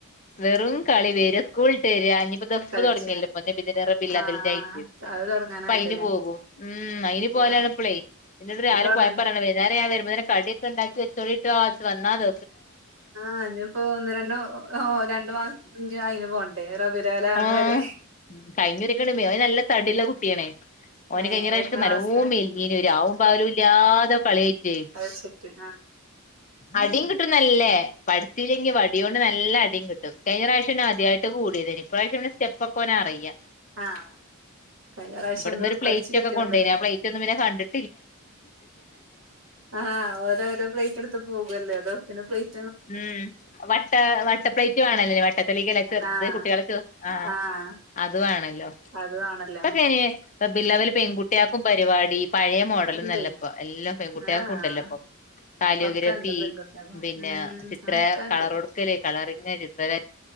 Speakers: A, on the left; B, on the right.
A: വെറും കളി വര സ്കൂളിട്ട് വരാ ദഫ് പ്പ്
B: കളിച്ച
A: തുടങ്ങിയല്ലോ പ്പൊ നബിദിനംറബീഉൽ
B: ആ ആ
A: അവ്വലിന്റെയായിറ്റ്
B: അത് തൊടങ്ങാനായല്ലോല്ലേ
A: അപ്പ അയിന് പോകും ഉം അയിന് പോയ
B: ഏ
A: ലാണ് ഇപ്പള്
B: ഇപ്പൊ
A: രാവിലെ
B: തൊടങ്ങ
A: പോയപ്പോ പറാണ് വൈന്നാരം ഞാൻ വരുമ്പോ അങ്ങ നെ കടിയൊക്കെ ഉണ്ടാക്കി വെച്ചോളിട്ടോ ഇഞ്ഞി വന്ന ത്
B: ആഞ്ഞിപ്പോ ഒന്ന് രണ്ടു രണ്ടു മാസംഞ്ഞി അയിന് പോണ്ടേ റബിഉലവ്വലാവണ
A: ആഹ്
B: വരെ
A: കഴിഞ്ഞൂരക്കെ ന നല്ല തടി ള്ള കുട്ടിയാ ണേ ഓന്
B: ഏഹ്
A: കഴിഞ്ഞപ്രാവശ്യം
B: എത്രാം
A: നല്ലോം
B: ക്ലാസ്സിലാ
A: മെലിഞ്ഞീന്നു രാവും പകലും ഇല്ലാതെ കളിയായിട്ട്
B: അത് വെച്ചിട്ട് ആഹ്
A: അടിം കിട്ടും ന്നല്ലേ പഠിച്ചി ല്ലെങ്കിൽ വടിയോണ്ട് നല്ല അടിം കിട്ടും കഴിഞ്ഞ പ്രാവശ്യ ആദ്യായിട്ട് കൂടിയത് ഇപ്രാവശ്യം സ്റ്റെപ്പ ക്കെഓനറിയാ
B: ആഹ് കഴിഞ്ഞ പ്രാവശ്യം
A: ഇവിടന്ന്
B: ഒന്ന്
A: ഒരു പ്ലേറ്റ്
B: പഠിച്ചു കിട്ടിയോണ്ടല്ലോ
A: ക്കെ കൊണ്ടോയിന്നു ആ പ്ലേറ്റ് ഒന്നും പിന്നെ കണ്ടിട്ട-
B: ആഹ് ഓരോ ഓരോ പ്ലേറ്റ ട്ത്ത് പോകല്ലേ അതോ പിന്നെ പ്ലേറ്റ്
A: ഉം വട്ട വട്ട പ്ലേറ്റ് വേണല്ലേ വട്ടത്ത് ലക്ക്ല്ല ചെറുത്
B: ആഹ്
A: കുട്ടികള് ക്ക് ആ
B: ആഹ്
A: അത് വേണല്ലോ
B: അതു ആണല്ലോ
A: ഇപ്പൊക്കയ് ന് റബീഉൽ അവ്വൽ പെൺകുട്ടിയക്കും പരിപാടി പഴയ മോഡലൊന്നല്ല
B: ഇണ്ട്
A: ഇപ്പൊ എല്ലാ പെൺകുട്ടികൾ
B: ആഹ്
A: ക്കും ണ്ടല്ലോ ഇപ്പൊ കാലിയോഗ്രാഫി
B: ഒക്കെണ്ട് പെൺകുട്ടിയാക്കും
A: പിന്നെ
B: ഉം
A: ചിത്ര
B: ഒക്കെണ്ട്
A: കളർ കൊടുക്കല് കളറിങ് ചിത്രരജന